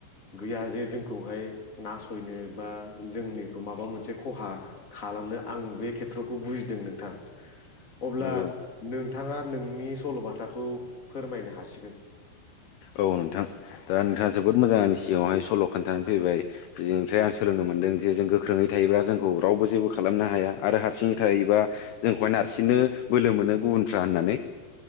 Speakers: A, on the left; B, on the left.
A: गैया जे जोंखौहाय नासयनो बा जोंनिखौ माबा मोनसे खहा खालामनो आं बे खेथ्रखौ बुजिदों नोंथां अब्ला
B: नंगौ
A: नोंथाङा नोंनि सल'बाथाखौ फोरमायनो हासिगोन
B: औ नोंथां दा नोंथाङा जोबोद मोजां आनि सिगाङावहाय सल' खोन्थानानै फैबाय बेनिफ्राय आं सोलोंनो मोनदों जे जों गोख्रोङै थायोब्ला जोंखौ रावबो जेबो खालामनो हाया आरो हारसिङै थायोबा जोंखौहाय नारसिननो बोलो मोनो गुबुनफ्रा होननानै